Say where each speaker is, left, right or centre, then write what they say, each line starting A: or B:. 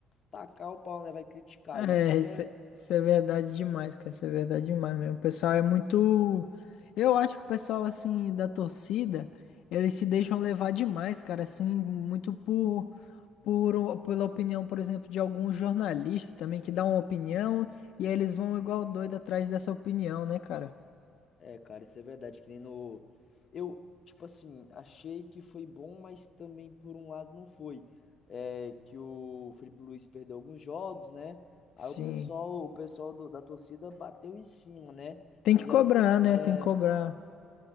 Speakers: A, on the left (about 35°); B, on the left (about 70°).
A: tacar o pau, né? Vai criticar.
B: É,
A: Isso que
B: isso
A: é
B: é, isso é verdade demais, cara. Isso é verdade demais mesmo. O pessoal é muito. Eu acho que o pessoal, assim, da torcida, eles se deixam levar demais, cara, assim, muito por, por o- pela opinião, por exemplo, de algum jornalista também que dá uma opinião e aí eles vão igual doido atrás dessa opinião, né, cara?
A: É, cara, isso é verdade, que nem no. Eu, tipo assim, achei que foi bom, mas também por um lado não foi. É, que o Felipe Luiz perdeu alguns jogos, né? Aí
B: Sim.
A: o pessoal, o pessoal do- da torcida bateu em cima, né?
B: Tem
A: Fizeram
B: que cobrar,
A: protesto.
B: né? Tem que cobrar.